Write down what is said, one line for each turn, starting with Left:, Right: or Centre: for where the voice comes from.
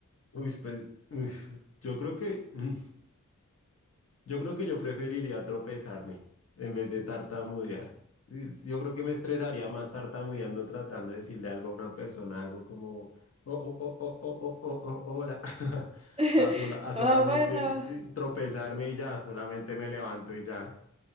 Left: Uy, pues, uf, yo creo que, mm, yo creo que yo preferiría tropezarme en vez de tartamudear. Es- Yo creo que me estresaría más tartamudeando tratando de decirle algo a una persona, algo como, oh, oh, oh, oh, oh, oh, oh, oh, hola. <laughs>
Right: <laughs>
Left: A, sola- a solamente
Right: Ah, bueno.
Left: sí, tropezarme y ya, solamente me levanto y ya.